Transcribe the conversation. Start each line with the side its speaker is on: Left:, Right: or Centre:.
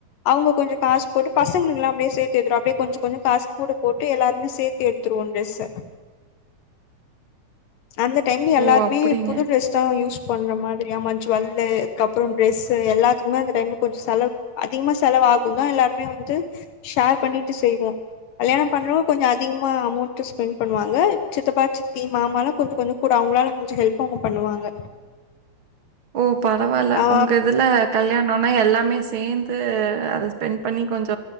Left: அவங்க கொஞ்ச காசு போட்டு பசங்களுக்கு எல்லா அப்டியே சேர்த்து வைக்குறோ அப்டியே கொஞ்ச கொஞ்ச காசு கூட போட்டு எல்லாருமே சேர்த்து எடு துருவோ ட்ரெஸ்ஸ அந்த டைம்ல எல்லாருமே
Right: ஓ! அப்டிங்க.
Left: புது டிரெஸ் யூஸ் பண்ற மாதிரிி ஆமா ஜுவல்லு அதுக்கப்பற ட்ரெஸ் எல்லத்துக்குமே அந்த டைம்ல கொஞ்ச செலவு அதிகமா செலவாகு தா எல்லாருமே வந்து ஷேர் பண்ணிட்டு செய்வோ கல்யாண பண்றவங்க கொஞ்ச அதிகமா அமௌண்ட் ஸ்பெண்ட் பண்ணுவாங்க சித்தப்பா சித்தி மாமல்லா கொஞ்ச கொஞ்ச கூட அவங்களால முடிஞ்ச ஹெல்ப் அவங்க பண்ணுவாங்க
Right: ஓ பரவாயில்ல
Left: ஆ
Right: உங்க இதுல கல்யாணம்னா எல்லாமே சேர்ந்து அத ஸ்பெண்ட் பண்ணி கொஞ்ச